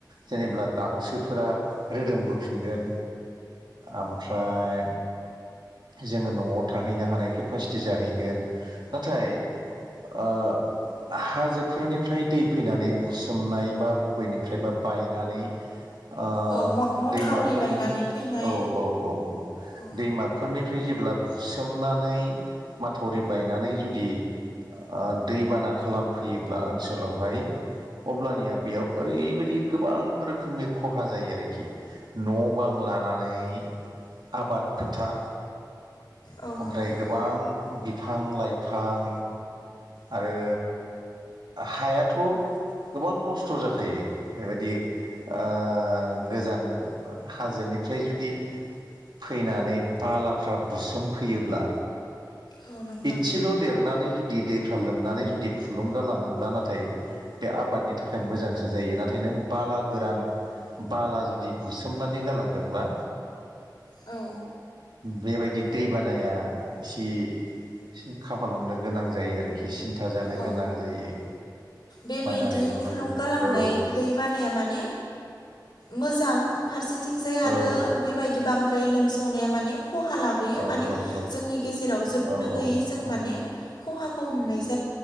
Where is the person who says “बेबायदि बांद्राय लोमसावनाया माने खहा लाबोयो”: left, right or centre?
Left